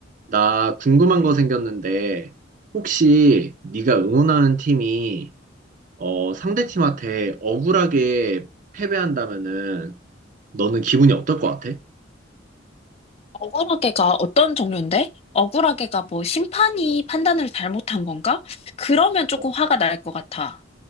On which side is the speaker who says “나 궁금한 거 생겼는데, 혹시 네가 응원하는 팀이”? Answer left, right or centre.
Right